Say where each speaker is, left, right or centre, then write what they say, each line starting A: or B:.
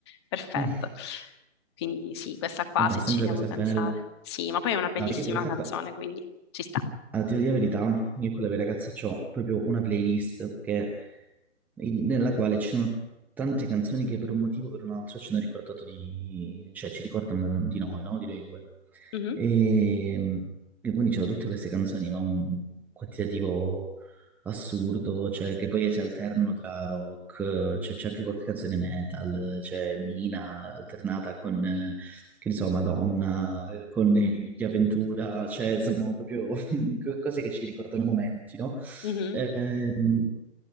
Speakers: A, on the left; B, in the centre.
A: Perfetto.
B: Mm.
A: Quindi sì, questa qua
B: Vabbè,
A: se
B: è sempre
A: ci devo
B: una cosa
A: pensare.
B: bella.
A: Sì, ma poi è una bellissima
B: No, io in realtà,
A: canzone,
B: qua-
A: quindi ci sta.
B: a dire la verità, io con le mie ragazze ho proprio una playlist che in- nella quale ci sono tante canzoni che per un motivo o per un altro ci hanno ricordato di... cioè ci ricordano del- di noi, no? Di noi due.
A: Mhm,
B: E, e quindi c'erano tutte queste canzoni, ma un quantitativo assurdo, cioè che poi si alternano tra rock, cioè c'è anche qualche canzone metal, c'è Mina alternata con, eh, che ne so, Madonna, eh, con gli Aventura, cioè sono proprio <laughs> co- cose che ci ricordano momenti, no?
A: mhm.
B: Ehm,